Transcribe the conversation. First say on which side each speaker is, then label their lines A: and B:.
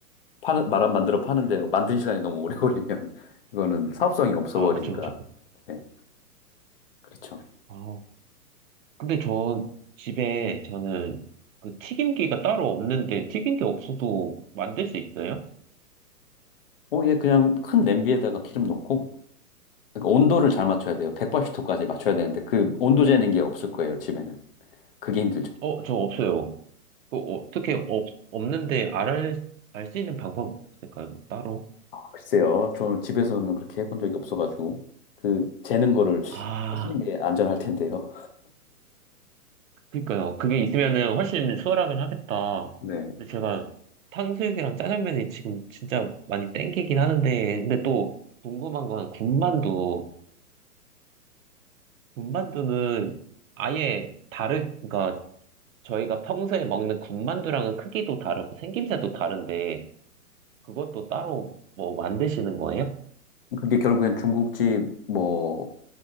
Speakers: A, on the left; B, on the right.
A: 파는 말안 만들어 파는데 만드는 시간이 너무 오래 <laughs> 걸리면 이거는 사업성이 없어
B: 아,
A: 버리니까.
B: 그쵸, 그쵸.
A: 네, 그렇죠.
B: 아, 근데 저 집에 저는 그 튀김기가 따로 없는데 튀김기 없어도 만들 수 있어요?
A: 어, 얘 그냥 큰 냄비에다가 기름 넣고 그러니까 온도를 잘 맞춰야 돼요. 180도까지 맞춰야 되는데 그 온도 재는 게 없을 거예요, 집에는. 그게 힘들죠.
B: 어, 저 없어요. 그 어떻게 없, 없는데 알, 알 수 있는 방법 없을까요? 따로?
A: 글쎄요. 저는 집에서는 그렇게 해본 적이 없어가지고 그 재는 거를
B: 아,
A: 하시는 게 안전할 텐데요.
B: 그니까요. 그게 있으면은 훨씬 수월하긴 하겠다.
A: 네.
B: 근데 제가 탕수육이랑 짜장면이 지금 진짜 많이 땡기긴 하는데, 근데 또 궁금한 건 군만두. 군만두는 아예 다르, 그러니까 저희가 평소에 먹는 군만두랑은 크기도 다르고 생김새도 다른데, 그것도 따로 뭐 만드시는 거예요?
A: 그게 결국엔 중국집 뭐